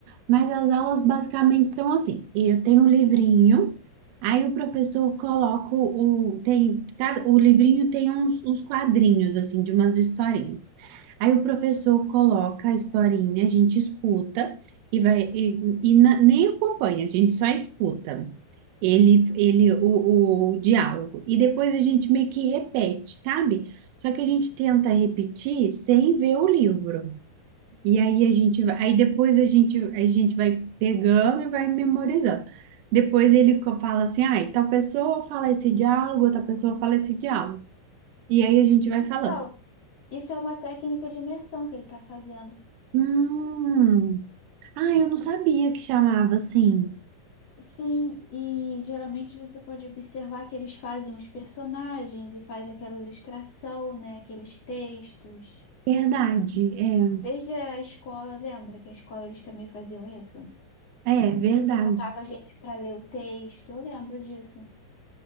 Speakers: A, on the right; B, on the left.
A: Mas as aulas basicamente são assim. Eu tenho um livrinho, aí o professor coloca o tem cada, o livrinho tem uns, uns quadrinhos assim de umas historinhas. Aí o professor coloca a historinha, a gente escuta e vai e, e na- nem acompanha, a gente só escuta. Ele, ele, o, o diálogo. E depois a gente meio que repete, sabe? Só que a gente tenta repetir sem ver o livro. E aí a gente vai, aí depois a gente, a gente vai pegando e vai memorizando. Depois ele co- fala assim, ai, tal pessoa fala esse diálogo, outra pessoa fala esse diálogo. E aí a gente vai
B: Então,
A: falando.
B: isso é uma técnica de imersão que ele está fazendo.
A: Hum, ah, eu não sabia que chamava assim.
B: Sim, e geralmente você pode observar que eles fazem os personagens e faz aquela ilustração, né? Aqueles textos.
A: Verdade, é,
B: Desde a escola, lembra que a escola eles também faziam isso?
A: é, verdade,
B: e colocava a gente para ler o texto. Eu lembro disso.